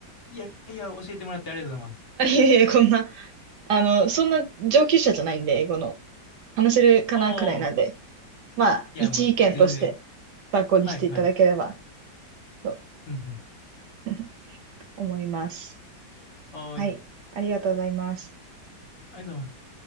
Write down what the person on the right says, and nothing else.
あ、いえいえ、こんな、あの、そんな上級者じゃないんで、英語の。話せるかなくらいなんで、
まあ、
一意見として参考にしていただければ
と
<laughs> 思います。
はい、ありがとうございます。